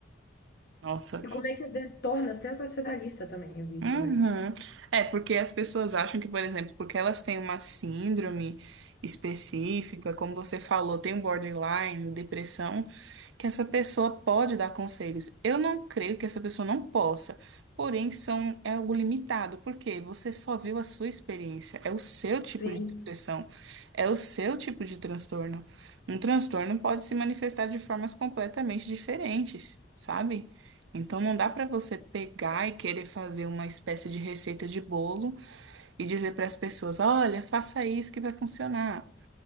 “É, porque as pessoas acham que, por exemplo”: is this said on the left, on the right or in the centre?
Right